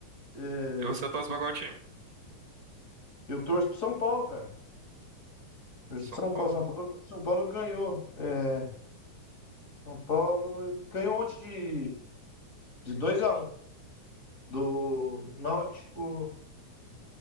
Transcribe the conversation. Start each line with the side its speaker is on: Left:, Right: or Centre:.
Left: É,
Right: E você torce pra qual time?
Left: eu torço pro São Paulo, cara. Torço
Right: São Paulo,
Left: pro São Paulo. São
Right: né?
Left: Paulo, São Paulo ganhou. É, São Paulo ganhou ontem de, de dois a um do Náutico,